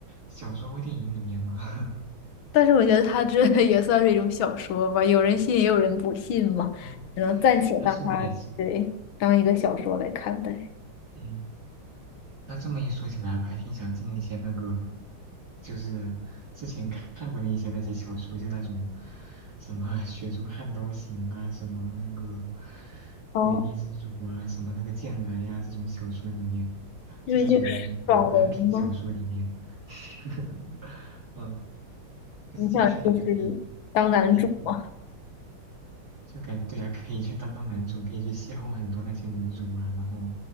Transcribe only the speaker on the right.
小说或电影里面吗？<laughs>
哦，
那说的也是，嗯。那这么一说起来，我还挺想进一些那个，就是之前看看过的一些那些小说，就那种什么啊《雪中悍刀行》啊，什么那个
《诡秘之主》啊，什么那个《剑来》呀，这种小说里面，
就这种男男频小说里面，<laughs> 嗯，就是进去感觉可以，
可以就感对啊，可以去当当男主，可以去邂逅很多那些女主啊，然后